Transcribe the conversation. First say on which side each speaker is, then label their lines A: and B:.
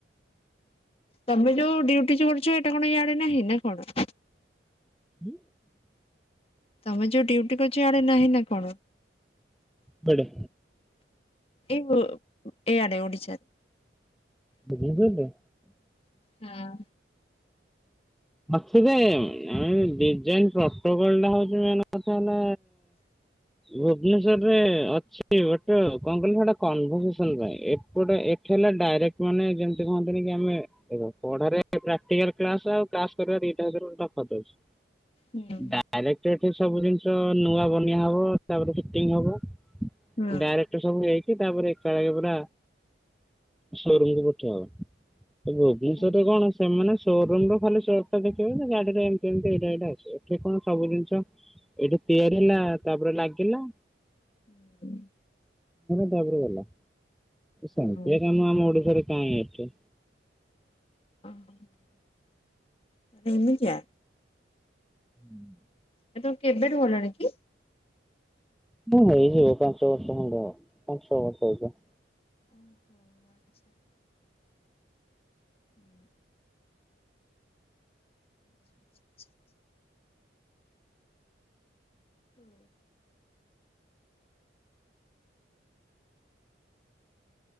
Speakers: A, on the left (about 30°); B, in the centre.
A: ତମେ ଯୋଉ ଡ୍ୟୁଟି ଯୋ କରୁଚ, ଏଇଟା କଣ ଇଆଡ଼େ ନାହିଁ, ନା କଣ?
B: ହୁଁ।
A: ତମେ ଯୋଉ ଡ୍ୟୁଟି କରଛ ଆଡେ ନାହିଁ ନା କଣ?
B: ବଡ଼
A: ଏଇ ଓ ଏଇଆଡ଼େ ଓଡ଼ିଚାରେ।
B: ଭୂମିପଟା?
A: ହଁ।
B: ଅଛି ଯେ ଡିଜାଇନ ପ୍ରୋଟୋକଲ ଟା ହଉଛି ମେନ। କଥା ହେଲା ଭୁବନେଶ୍ଵରରେ ଅଛି। ଗୋଟେ କଣ କହିଲ ସେଟା କନଭରସେସନ ପାଇଁ ଏପଟେ ଏଠି ହେଲା ଡାଇରେକ୍ଟ ମାନେ ଯେମ କୁହନ୍ତିନି କି ଆମେ ପଢ଼ାରେ ପ୍ରାକ୍ଟିକାଲ କ୍ଲାସ ଆଉ କ୍ଲାସ୍ କରିବା ଦିଇଟା ଅଧେରୁ ତଫାତ ଅଛି।
A: ହୁଁ।
B: ଡାଇରେକ୍ଟ ଏଠି ସବୁ ଜିନିଷ ନୂଆ ବନିଆ ହବ ତାପରେ ଫିଟିଙ୍ଗ ହବ
A: ହୁଁ।
B: ଡାଇରେକ୍ଟ ସବୁ ହେଇକି ତାପରେ ଏକାଳଗ ପୁରା ସୋରୁମ୍ କୁ ପଠା ହେବ। ଭୁବନେଶ୍ରରେ
A: ଓହୋ।
B: କଣ ସେମାନେ ସୋରୁମ ର ଖାଲି ଅଟୋ ଦେଖିବ ନା ଗାଡି଼ ରେ ଏମିତି ଏମତି ଏଇଟା ଏଇଟା ଆସିବ ଏଠି କଣ ସବୁ ଜିନିଷ ଏଇଠି ତିଆରି ହେଲା ତାପରେ ଲାଗିଲା।
A: ହୁଁ।
B: ତାପରେ ଗଲା ସାତିଆ
A: ହଁ
B: କାମ ଆମ ଓଡି଼ଶାରେ କାହିଁ ଏତେ?
A: ଓହୋ ଏମିତିଆ।
B: <inaudible>
A: ଏ ତୁ କେବେଠୁ ଗଲଣି କି?
B: ମୁଁ ହେଇଯିବ ପାଞ୍ଚ ବର୍ଷ ଖଣ୍ଡେ ହବ ପାଞ୍ଚ ଛଅ ବର୍ଷ ହେଇଯ।
A: ଓହୋ ଆଚ୍ଛା। ହୁଁ। <inaudible> ହୁଁ।